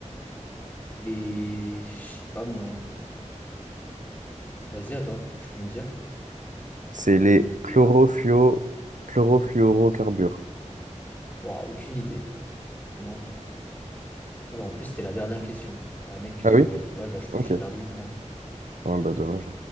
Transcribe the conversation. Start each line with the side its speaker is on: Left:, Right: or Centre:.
Left: les... Je sais pas moi. hein. Vas-y, à toi, tu peux me dire.
Right: C'est les chlorofluo... chlorofluorocarbures.
Left: Ouah, aucune idée, vraiment. Ah bah, en plus, c'était la dernière question. Bah mec,
Right: Ah
Left: euh,
Right: oui?
Left: ouais, bah, je pense
Right: Ok.
Left: que j'ai perdu le point.
Right: Ouais, bah dommage.